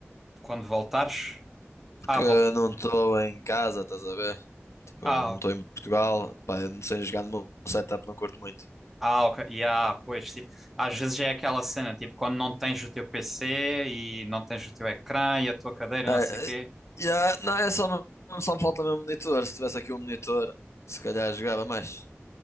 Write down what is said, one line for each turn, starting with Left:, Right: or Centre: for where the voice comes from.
Centre: quando voltares.
Left: Porque
Centre: Ah, vol...
Left: não estou em casa, estás a ver? Tipo,
Centre: ah,
Left: não estou em Portugal, pá, eu não sei jogar no meu setup, não curto muito.
Centre: ah, ok. Yeah, pois, tipo, às vezes é aquela cena, tipo, quando não tens o teu PC e não tens o teu ecrã e a tua cadeira
Left: É,
Centre: e não sei o quê.
Left: é, yeah, não, é só, mesmo- só me falta mesmo monitor. Se tivesse aqui um monitor, se calhar jogava mais.